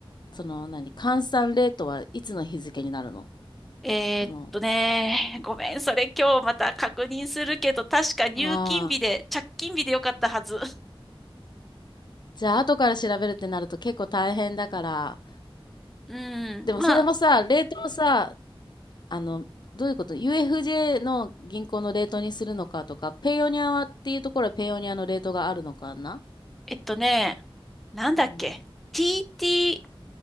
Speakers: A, on the left (about 50°); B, in the centre.
A: その何換算レートはいつの日付になるの
B: えーっとね、
A: その
B: ごめん、それ今日また確認するけど、確か入金日で、
A: ああー
B: 着金日でよかったはず。
A: じゃあ後から調べるってなると結構大変だから
B: うん、
A: でもそれもさレートをさ
B: まあ、
A: あのどういうこと UFJ の銀行のレートにするのかとかペイオニアはっていうところはペイオニアのレートがあるのかな、
B: えっとね、なんだっけ、
A: うん、
B: TT、